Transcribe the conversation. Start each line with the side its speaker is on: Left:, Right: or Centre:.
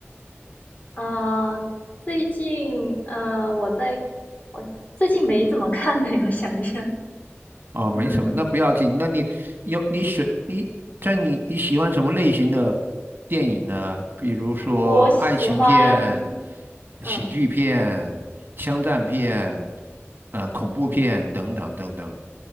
Left: 啊、最近，呃，我在，我最近没怎么看呢，我想一下，
Right: 哦，没什么，
Left: 嗯，
Right: 那不要紧。那你有你选，你在你你喜欢什么类型的电影呢？比如说爱情片、
Left: 我喜欢，嗯，
Right: 喜剧片、枪战片、呃恐怖片等等等等。